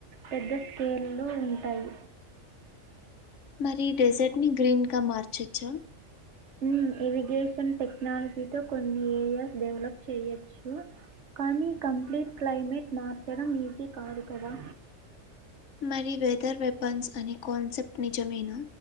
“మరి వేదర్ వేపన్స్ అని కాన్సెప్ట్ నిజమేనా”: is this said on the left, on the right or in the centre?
Left